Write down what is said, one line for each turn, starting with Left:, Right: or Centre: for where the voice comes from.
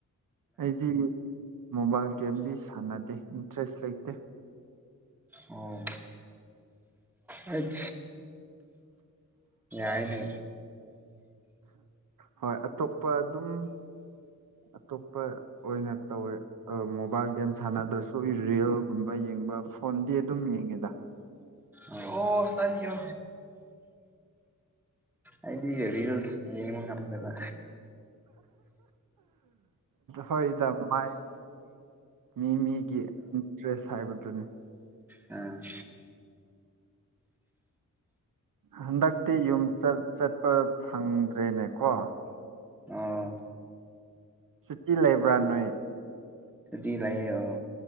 Right: ꯑꯩꯗꯤ ꯃꯣꯕꯥꯏꯜ ꯒꯦꯝꯗꯤ ꯁꯥꯟꯅꯗꯦ ꯏꯟꯇꯔꯦꯁ ꯂꯩꯇꯦ
Centre: ꯑꯣ ꯑꯩ ꯌꯥꯏꯅꯦ
Right: ꯍꯣꯏ ꯑꯇꯣꯞꯄ ꯑꯗꯨꯝ ꯑꯇꯣꯞꯄ ꯑꯣꯏꯅ ꯇꯧꯋꯦ ꯃꯣꯕꯥꯏꯜ ꯒꯦꯝ ꯁꯥꯟꯅꯗ꯭ꯔꯁꯨ ꯔꯤꯌꯦꯜꯒꯨꯝꯕ ꯌꯦꯡꯕ ꯐꯣꯟꯗꯤ ꯑꯗꯨꯝ ꯌꯦꯡꯉꯦꯗ
Centre: ꯑꯣ ꯊꯦꯡꯀꯤꯌꯨ ꯑꯩꯗꯤ ꯔꯤꯜꯁ ꯌꯦꯡꯕ ꯉꯝꯗꯕ
Right: ꯍꯣꯏꯗ ꯃꯥꯏ ꯃꯤ ꯃꯤꯒꯤ ꯏꯟꯇꯔꯦꯁ ꯍꯥꯏꯕꯗꯨꯅꯤ
Centre: <inaudible> ꯑꯝ
Right: ꯍꯟꯗꯛꯇꯤ ꯌꯨꯝ ꯆꯠꯄ ꯐꯪꯗ꯭ꯔꯦꯅꯦꯀꯣ
Centre: ꯑꯥ
Right: ꯁꯨꯇꯤ ꯂꯩꯕ꯭ꯔꯥ ꯅꯣꯏ
Centre: ꯁꯨꯇꯤ ꯂꯌꯦꯦ ꯑꯣ